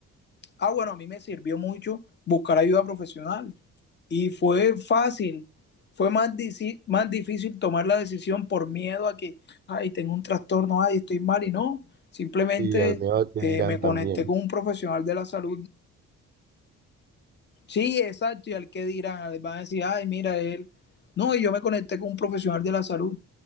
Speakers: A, on the left; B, on the right.
A: Ah, bueno, a mí me sirvió mucho buscar ayuda profesional y fue fácil, fue más, dici- más difícil tomar la decisión por miedo a que, ay, tengo un trastorno, ay, estoy mal y no, simplemente
B: Y al miedo al que
A: eh,
B: dirán
A: me
B: también.
A: conecté con un profesional de la salud. Sí, exacto, y al que dirán, van a decir, ay, mira él. No, y yo me conecté con un profesional de la salud